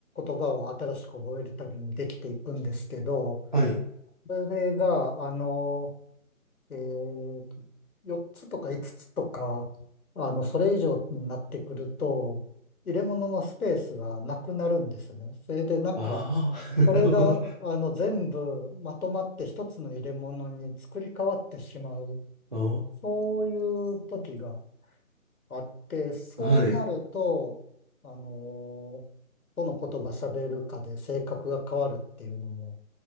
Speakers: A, on the left; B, on the right.
A: 葉を新しく覚えるたびにできていくんですけど、
B: はい。
A: それが、あのえーと、4つとか5つつとか、あの、それ以上になってくると、入れ物のスペースがなくなるんですよね。それでなんか、
B: ああ、<laughs>
A: それが、
B: なるほど。
A: あの、全部まとまって一つの入れ物に作り変わってしまう、
B: お
A: そういう時が
B: ー。
A: あって、そうなると、
B: はい。
A: あのーどの言葉喋るかで性格が変わるっていうのも